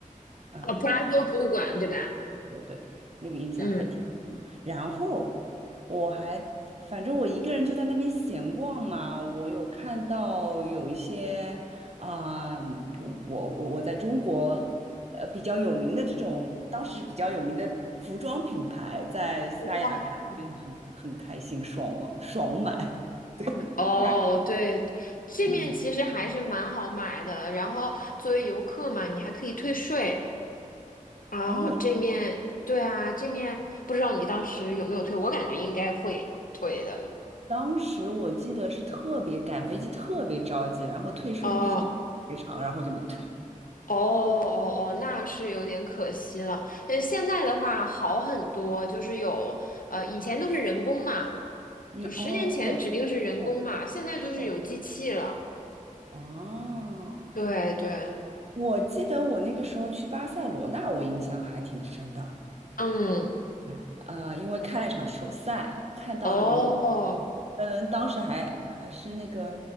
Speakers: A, on the right; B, on the left.
A: 啊。
B: 哦，普拉多博物馆，对吧？
A: 说对，那个印象还挺深。
B: 嗯，
A: 然后我还反正我一个人就在那边闲逛嘛，我有看到有一些啊、我我我在中国呃比较有名的这种，当时比较有名的服装品牌，在西班牙看就很很开心，
B: 哇，
A: 爽我爽买。
B: 哦，
A: 价格
B: 对，这面其实还是蛮好买的，
A: 嗯，
B: 然后作为游客嘛，你还可以退税。啊，
A: 哦，
B: 这面，对啊，这面不知道你当时有没有退，我感觉应该会退的。
A: 当时我记得是特别赶飞机，特别着急，然后退税那个队特别长，
B: 哦，
A: 然后就没退。
B: 哦哦哦，那是有点可惜了。但是现在的话好很多，就是有呃，以前都是人工嘛，
A: 嗯，
B: 就十年前指定是人工嘛，
A: 哦，对，对
B: 现在就是有机器了。
A: 对哦，
B: 对对，
A: 我记得我那个时候去巴塞罗那，我印象还挺深的。
B: 嗯，
A: 哎，呃，因为看了一场球赛，看到那个，
B: 哦，
A: 嗯，当时还还是那个，